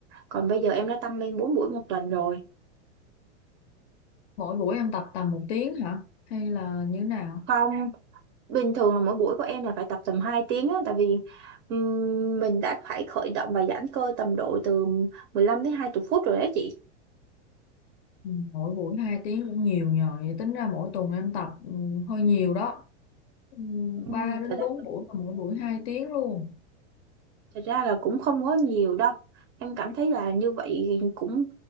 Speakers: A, on the right; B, on the left.
A: còn bây giờ em đã tăng lên 4 buổi một tuần rồi
B: mỗi buổi em tập tầm một tiếng hả hay là như thế nào
A: không bình thường là mỗi buổi của em là phải tập tầm 2 tiếng á tại vì ừm, mình đã phải khởi động và giãn cơ tầm độ từ 15 đến 20 phút rồi đấy chị
B: ừ, mỗi buổi hai tiếng cũng nhiều nhờ vậy tính ra mỗi tuần em tập ừ, hơi nhiều đó ừ,
A: um,
B: ba đến
A: thật ra
B: bốn
A: là,
B: buổi mà mỗi buổi hai tiếng luôn
A: thật ra là cũng không có nhiều đâu em cảm thấy là như vậy cũng